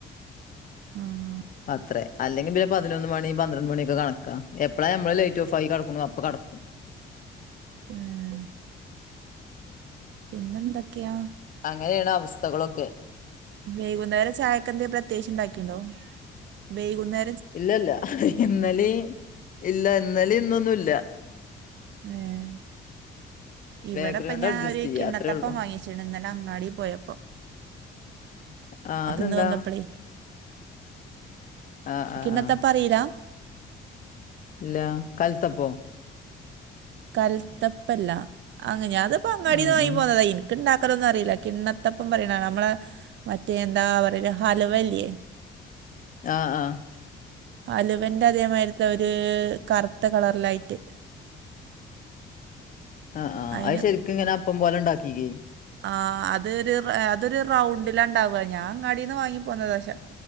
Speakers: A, on the right; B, on the left.
A: ആഹ്
B: അത്രെ അല്ലെങ്കി പിന്നെ പതിനൊന്ന് മണി പന്ത്രണ്ട് മണ്യൊക്കെ കണക്കാ എപ്പളാ ഞമ്മള് ലൈറ്റാേഫാക്കി കെടക്ക്ണു അപ്പൊ കട്ക്കും
A: ഏഹ് പിന്നെന്തൊക്ക്യാ
B: അങ്ങനേണ് അവസ്ഥകളൊക്കെ
A: വെയ്കുന്നേരം ചായെക്കെന്തേ പ്രത്യേകിച്ച് ഇണ്ടാക്കിണ്ടോ വെയ്കുന്നേ
B: ഇല്ലല്ലാ ഇന്നലീം ഇല്ല ഇന്നലിം ഇന്നൊന്നുല്ലാ
A: ഏഹ് ഇവിടെപ്പം
B: ബേക്കറി കൊണ്ട്
A: ഞാ
B: അഡ്ജസ്റ്റ്
A: ഒര്
B: ചെയ്യാ
A: കിണ്ണത്തപ്പം
B: അത്രേ ഉള്ളൂ
A: വാങ്ങ്യെ ച്ച്ണ് ഇന്നലെ അങ്ങാടി പോയപ്പം
B: ആ
A: അത്
B: അതെന്താ
A: ഇന്ന് വന്നപ്പളേ
B: ആഹ് ആഹ്
A: കിണത്തപ്പറീല
B: ആഹ് ഇല്ല കൽത്തപ്പോ
A: കൽത്തപ്പല്ല അങ്ങന ഞാൻ അത് പ്പൊ അങ്ങാടിന്ന്
B: ഉം
A: വാങ്ങി
B: ഉം
A: പോന്നദേനി ക്ക്ണ്ടാക്കലൊന്നും അറിയില്ല കിണ്ണത്തപ്പം പറയ്‌ണാണ നമ്മളെ മറ്റേ എന്താ പറയ ഹലുവല്ലേ
B: ആഹ് ആഹ്
A: ഹലുവന്റെ അതേമാതിരിത്തെ ഒരു കറുത്ത കളർലായിട്ട്
B: ആഹ് ആഹ്
A: അയിന്
B: അയ് ശരിക്ക്ങ്ങനെ അപ്പം പോലെ ഇണ്ടാക്കിക്കെ
A: ആ അതൊരു അതൊരു റൗണ്ടില ഇണ്ടാവ ഞാൻ അങ്ങാടിന്ന് വാങ്ങി പോന്നത ശ